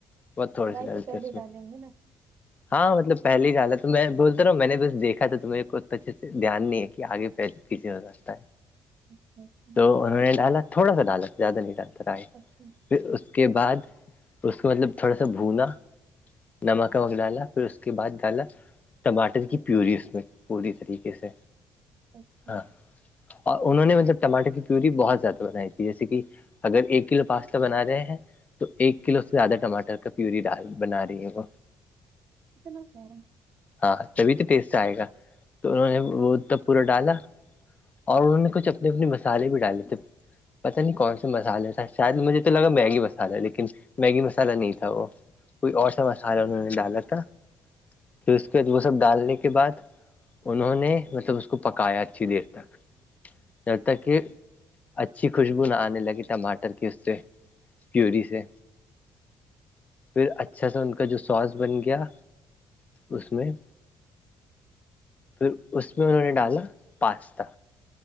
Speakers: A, on the left; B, on the right.
A: بہت تھوڑے
B: کڑھائی
A: سے ڈگتے
B: تو پہلے
A: اس میں
B: ڈالیں گے نا
A: ہاں مطلب پہلی گال ہے تو میں بولتا رہا ہوں میں نے بس دیکا تھا تو میرے کو ا تو اچھے سے دھیان نہیں ہے کہ آگے پیھے ہو ج <unintelligible>
B: اچھا اچھا
A: تو انہوں نے ڈالا تھوڑا سا ڈالا زیادہ نہیں ڈالتا آ ہے
B: اچھا
A: پھر اس کے بعد اس کو مطلب تھوڑا سا بھنا نمک ومک ڈالا پھر اس کے بعد ڈالا ٹماٹر کی پیوری اس میں پوری طریق ھ سے
B: اچھا اچھا
A: ہاں اور انہوں نے مطلب ٹاٹر کی پیوری بہت زیادہ بنائی تھی جیسے کہ اگر ایک کلو پاس بنا رہے ہیں تو ایک کلو سے زیادہ ٹماٹر کا پیور ڈال بنا رہی ہے وہ
B: اتنا س ہے
A: ہاں تبھی تو ٹیسٹ آئے گا تو انہوں نے وہ
B: اچھا
A: تب پورا ڈالا اور انہوں نے کچھ اپنے اپنے مسالے بھی ڈالے تھے پتہ نہیں کون سے مسالے تھا شاید مجھے تو لگا میگی مسالہ لیکن میگی مسالہ نہیں تھا وہ کوئی اور سا مسالہ انہوں نے ڈالا تھا پھر اس کے بعد وہ سب ڈالنے کے بعد انہوں نے مطلب اس کو پکایا اچھی دیر تک جب تک کہ اچھی خوشبو نہ آنے لگی ٹماٹر کی اس سے پوری سے پھر اچھا سا ان کا جو سوس بن گیا اس میں پھر اس میں انہوں نے ڈالا پاستا